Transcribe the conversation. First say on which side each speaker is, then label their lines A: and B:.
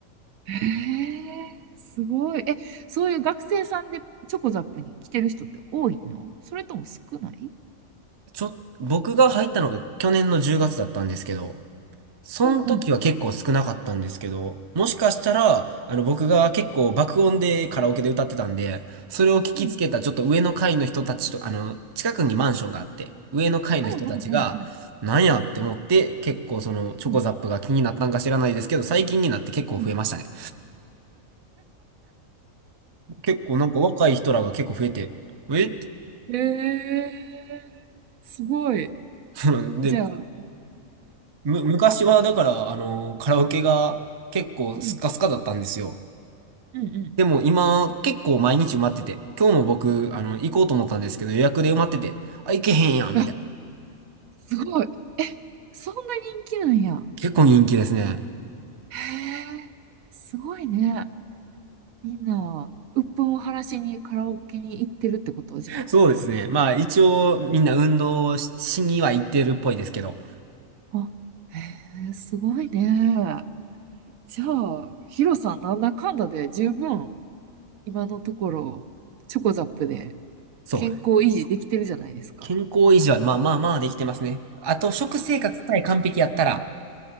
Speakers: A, on the right (about 80°); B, on the right (about 35°).
A: へえ、すごい。え、そういう学生さんでチョコザップに来てる人って多いのそれとも少ない
B: ちょ、僕が入ったのが去年の10月だったんですけど、その時は結構少なかったんですけど、
A: うんうん。
B: もしかしたら、あの僕が結構爆音でカラオケで歌ってたんで、それを聞きつけたちょっと上の階の人たちと、
A: うん
B: あの、近くにマンションがあって、上の階の人たちが、
A: うんうんうんうん
B: なんやって思って、
A: うん
B: 結構そのチョコザップが気になったんか知らないですけど、
A: うん
B: 最近になって結構増えましたね。
A: う
B: 結構なんか若い人らが結構増えて、えって、
A: ん。へえ、すごい。
B: <laughs> で、
A: じゃあ、うん
B: む、昔はだから、あの、カラオケが結構スッカスカだったんですよ。
A: うんうん
B: でも今結構毎日埋まってて、今日も僕、あの、行こうと思ったんですけど予約で埋まってて、あ、行けへんやん、
A: あ、
B: みたいな。
A: すごい。え、そんな人気なんや。
B: 結構人気ですね。
A: へえ、すごいね。みんな、鬱憤を晴らしにカラオケに行ってるってことじゃん。
B: そうですね。まあ一応みんな運動し、しには行ってるっぽいですけど、
A: あ、へえ、すごいね。じゃあ、ヒロさん、なんだかんだで十分、今のところ、チョコザップで
B: そう。
A: 健康維持できてるじゃないですか。
B: 健康維持はまあまあまあできてますね。あと食生活さえ完璧やったら、